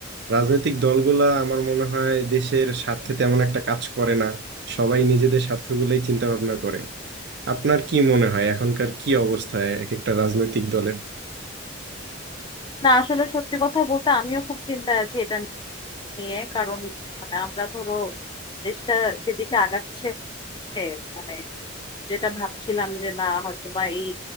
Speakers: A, on the right (about 55°); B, on the left (about 20°).
A: রাজনৈতিক দলগুলা আমার মনে হয় দেশের স্বার্থে তেমন একটা কাজ করে না সবাই নিজেদের স্বার্থগুলোই চিন্তা ভাবনা করে আপনার কি মনে হয় এখনকার কি অবস্থায় এক একটা রাজনৈতিক দলের
B: না আসলে সত্যি কথা বলতে আমিও খুব চিন্তায় আছি এটা নিয়ে কারণ মানে আমরা ধরো দেশটা যেদিকে আগাচ্ছে মানে যেটা ভাবছিলাম যে না হয়তো বা এই